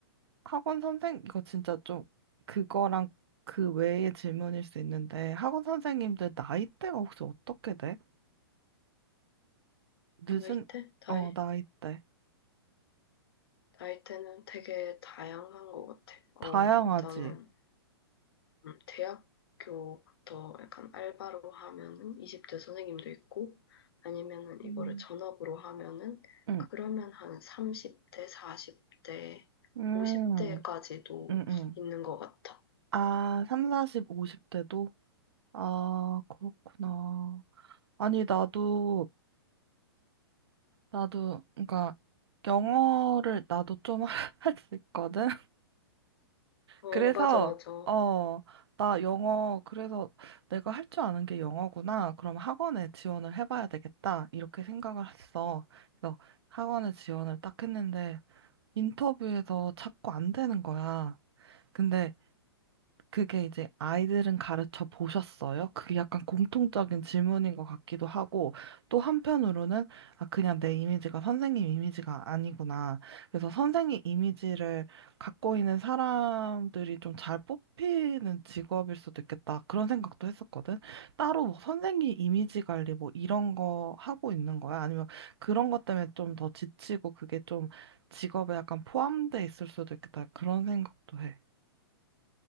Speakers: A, on the right (about 75°); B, on the left (about 65°).
A: 학원 선생, 이거 진짜 좀 그거랑 그 외의 질문일 수 있는데, 학원 선생님들 나이대가 혹시 어떻게 돼? 늦은,
B: 나이 때? 나이,
A: 어, 나이대.
B: 나이대는 되게 다양한 것 같아. 어,
A: 다양하지.
B: 일단은 음, 대학교부터 약간 알바로 하면은 20대 선생님도 있고, 아니면은
A: 음.
B: 이거를 전업으로 하면은
A: 응.
B: 그러면 한 30대, 40대,
A: 음,
B: 50대까지도
A: 응, 응.
B: 있는 것 같아.
A: 아, 3, 40, 50대도? 아, 그렇구나. 아니, 나도 나도, 그러니까, 영어를 나도 좀 할 수 <laughs> 있거든?
B: 어,
A: 그래서,
B: 맞아, 맞아.
A: 어, 나 영어, 그래서 내가 할 줄 아는 게 영어구나. 그럼 학원에 지원을 해봐야 되겠다. 이렇게 생각을 했어. 그래서 학원에 지원을 딱 했는데, 인터뷰에서 자꾸 안 되는 거야. 근데 그게 이제 아이들은 가르쳐 보셨어요? 그게 약간 공통적인 질문인 것 같기도 하고, 또 한편으로는, 아, 그냥 내 이미지가 선생님 이미지가 아니구나. 그래서 선생님 이미지를 갖고 있는 사람들이 좀 잘 뽑히는 직업일 수도 있겠다. 그런 생각도 했었거든. 따로 뭐 선생님 이미지 관리 뭐 이런 거 하고 있는 거야? 아니면 그런 것 때문에 좀 더 지치고 그게 좀 직업에 약간 포함돼 있을 수도 있겠다. 그런 생각도 해.